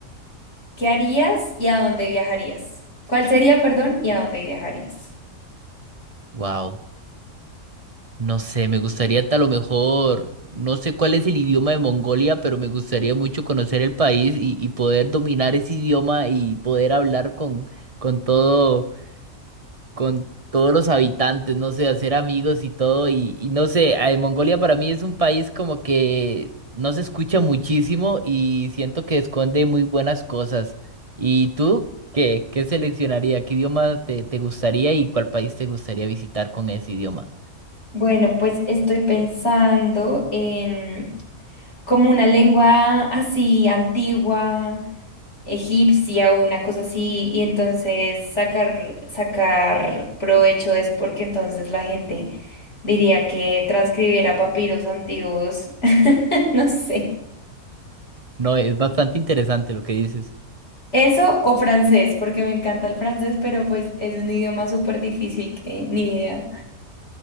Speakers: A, on the left; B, on the right.
A: ¿qué harías y a dónde viajarías? ¿Cuál sería, perdón, y a dónde viajarías?
B: Wow, no sé, me gustaría a lo mejor, no sé cuál es el idioma de Mongolia, pero me gustaría mucho conocer el país y, y poder dominar ese idioma y poder hablar con, con todo. con todos los habitantes, no sé, hacer amigos y todo. Y, y no sé, eh, Mongolia para mí es un país como que no se escucha muchísimo y siento que esconde muy buenas cosas. ¿Y tú qué, qué seleccionaría? ¿Qué idioma te, te gustaría y cuál país te gustaría visitar con ese idioma?
A: Bueno, pues estoy pensando en como una lengua así antigua, egipcia o una cosa así, y entonces sacar, sacar provecho de eso, porque entonces la gente diría que transcribiera papiros antiguos, <laughs> no sé.
B: No, es bastante interesante lo que dices.
A: Eso o francés, porque me encanta el francés, pero pues es un idioma súper difícil que ni idea.